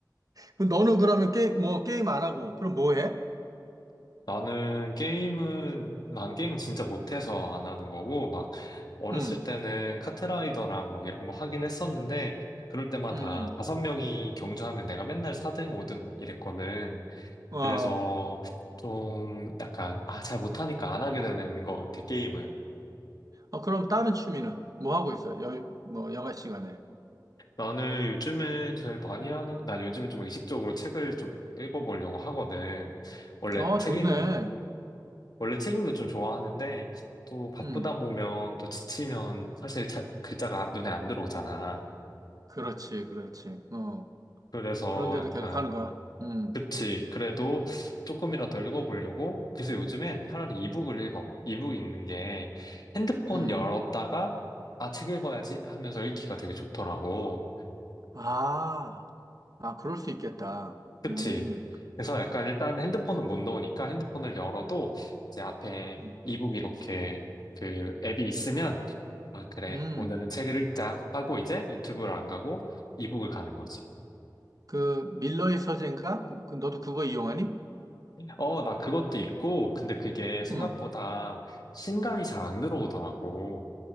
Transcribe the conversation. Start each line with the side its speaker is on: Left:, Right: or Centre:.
Right: 그럼 너는 그러면 게임 뭐 게임 안 하고 그럼 뭐 해?
Left: 나는 게임은, 난 게임은 진짜 못해서 안 하는 거고, 막, 어렸을
Right: 음.
Left: 때는 카트라이더랑 막 이런 거 하긴 했었는데, 그럴 때마다
Right: 음.
Left: 다섯 명이 경주하면 내가 맨날 4등, 5등 이랬거든.
Right: 음. 어.
Left: 그래서 좀 약간, 아, 잘 못하니까 안 하게 되는 것 같아, 게임은.
Right: 어, 그럼 다른 취미는 뭐 하고 있어? 여, 뭐 여가 시간에.
Left: 나는 요즘에 제일 많이 하는, 난 요즘에 좀 의식적으로 책을 좀 읽어보려고 하거든. 원래
Right: 어,
Left: 책
Right: 좋네.
Left: 읽는 거, 원래 책 읽는 거 좀 좋아하는데, 또 바쁘다
Right: 음.
Left: 보면 또 지치면 사실 차- 글자가 눈에 안 들어오잖아.
Right: 그렇지. 그렇지. 어.
Left: 그래서
Right: 그런데도
Left: 약간
Right: 계속 하는 거야. 음.
Left: 그치. 그래도 조금이라도 읽어보려고. 그래서 요즘엔 차라리 이북을 읽어. 이북 읽는 게 핸드폰
Right: 음.
Left: 열었다가, 아, 책 읽어야지 하면서 읽기가 되게 좋더라고.
Right: 아, 아, 그럴 수 있겠다.
Left: 그치.
Right: 음,
Left: 그래서 약간 일단
Right: 그,
Left: 핸드폰은 못 넣으니까 핸드폰을 열어도 이제 앞에
Right: 음,
Left: 이북 이렇게 그 앱이 있으면, 아, 그래.
Right: 음,
Left: 오늘은 책을 읽자 하고 이제 유튜브를 안 가고 이북을 가는 거지.
Right: 그 밀러의 서재인가? 그, 그 너도 그거 이용하니?
Left: 어, 나 그것도 있고, 근데 그게 생각보다
Right: 응.
Left: 신간이 잘 안 들어오더라고.